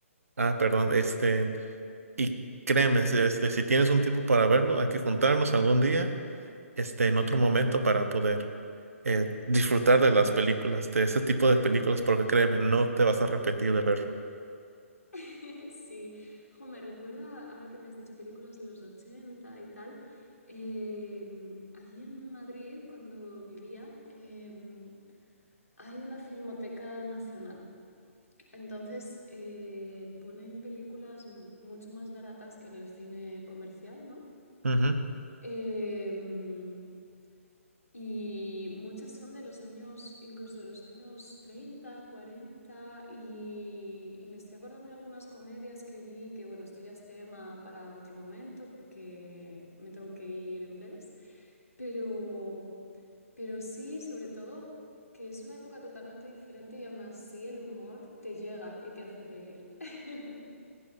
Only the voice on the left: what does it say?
Mm.
<laughs> Sí, jo, me recuerda, ahora que me has dicho películas de los 80 y tal, em, allí en Madrid, cuando vivía, em, hay una filmoteca nacional. Entonces, eh, ponen películas m- mucho más baratas que en el cine comercial, ¿no?
Em, Y muchas son de los años, incluso de los años 30, 40, y, y me estoy acordando de algunas comedias que vi, que bueno, esto ya es tema para otro momento porque me tengo que ir en breves, pero, pero sí, sobre todo, que es una época totalmente diferente y aún así el humor te llega y te hace reír. <laughs>